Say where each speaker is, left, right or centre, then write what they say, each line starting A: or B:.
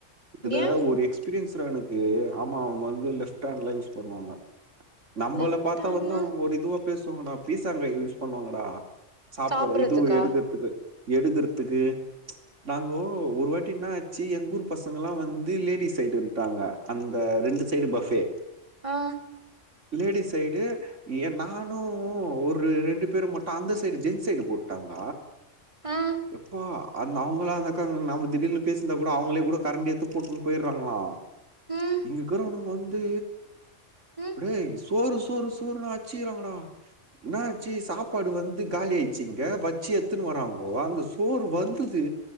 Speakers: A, on the right; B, on the right.
A: இதுல
B: ஏ
A: ஒரு எக்ஸ்பீரியன்ஸ்டா எனுக்கு ஆமா அவங்க வந்து லெஃப்ட் ஹேண்ட்ல யூஸ் பண்ணுவாங்க நம்மள
B: லெஃப்ட்
A: பாத்தா
B: ஹாண்ட்னா
A: வந்து அவங்க ஒரு இதுவா பேசுவாங்கடா பீலிஸ் அங்க யூஸ் பண்ணுவாங்கடா சாப்ட்ற
B: சாப்புட்றதுக்கா
A: இதுவு எடுக்கறதுக்கு எடுக்கறதுக்கு நாங்கோ ஒரு வாட்டின்னா ஆச்சு எங்க ஊர் பசங்கல்லா வந்து லேடிஸ் சைடு வந்துட்டாங்க அந்த ரெண்டு சைடு பஃபே
B: ஆ
A: லேடிஸ் சைடு ஏ நானு ஒரு ரெண்டு பேருமாட்டு அந்த சைடு ஜென்ஸ் சைடு போட்டாங்க
B: ஆ
A: எப்பா அந்த அவங்களா அந்தக்கா நம்ம திடில்னு பேசிந்தா கூட அவங்களே கூட கரண்ட் ஏடுத்து போட்டு போயிட்றாங்ளா
B: ம்
A: இங்கக்றவனங்க வந்து
B: ம்
A: டேய் சோறு சோறு சோறு னு அச்சுறாங்கடா என்ன ஆச்சு சாப் சாப்பாடு வந்து காலி ஆயிச்சுங்க இங்க வடுச்சு எத்துன்னு வராங்கோ அந்த சோறு வந்தது